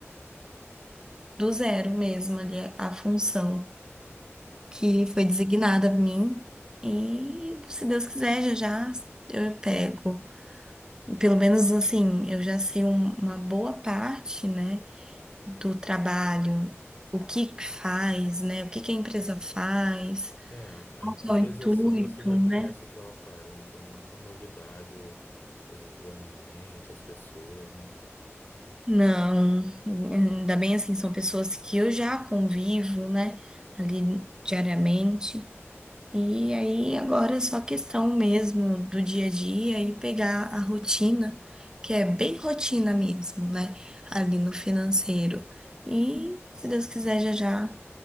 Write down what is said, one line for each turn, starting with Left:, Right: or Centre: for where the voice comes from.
Right: do zero mesmo ali a, função que foi designada a mim. E se Deus quiser, já já eu pego. Pelo menos assim, eu já sei um- uma boa parte, né, do trabalho, o que que faz, né, o que que a empresa faz,
Left: É, a,
Right: qual
Left: a empresa,
Right: que é o intuito,
Left: assim, você já conhece
Right: né?
Left: o que ela faz, né? Então não é uma novidade o, o, o ambiente, as pessoas, né?
Right: Não, ainda bem assim, são pessoas que eu já convivo, né, ali diariamente. E aí agora é só questão mesmo do dia a dia e pegar a rotina, que é bem rotina mesmo, né? Ali no financeiro. E se Deus quiser, já já